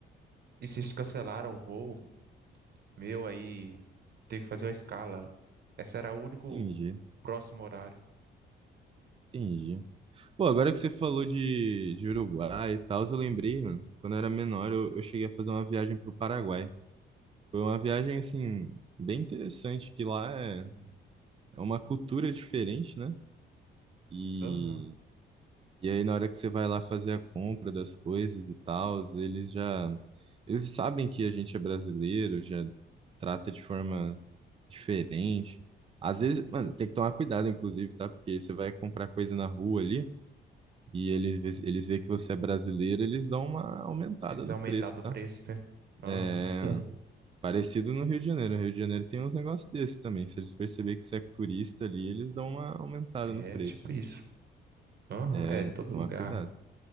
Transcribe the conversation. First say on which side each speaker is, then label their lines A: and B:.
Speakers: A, on the right; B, on the right.
A: e vocês cancelaram o voo meu aí, teve que fazer uma escala. Essa era o único
B: entendi,
A: próximo horário.
B: entendi. Pô, agora que você falou de, de Uruguai e tal, eu lembrei, mano, quando eu era menor, eu, eu cheguei a fazer uma viagem pro Paraguai. Foi uma viagem, assim, bem interessante, que lá é,
A: Hum.
B: é uma cultura diferente, né? e
A: Aham.
B: E aí, na hora que você vai lá fazer a compra das coisas e tal, eles já. Eles sabem que a gente é brasileiro, já trata de forma diferente. Às vezes, mano, tem que tomar cuidado, inclusive, tá? Porque você vai comprar coisa na rua ali e eles, eles veem que você é brasileiro, eles dão uma aumentada
A: Eles
B: no
A: aumentaram
B: preço, tá?
A: o preço, né? Aham.
B: É.
A: <laughs>
B: Parecido no Rio de Janeiro. O Rio de Janeiro tem uns negócios desses também. Se eles perceberem que você é turista ali, eles dão uma aumentada
A: É
B: no preço.
A: tipo isso. Aham,
B: É,
A: É todo
B: tomar
A: lugar.
B: cuidado.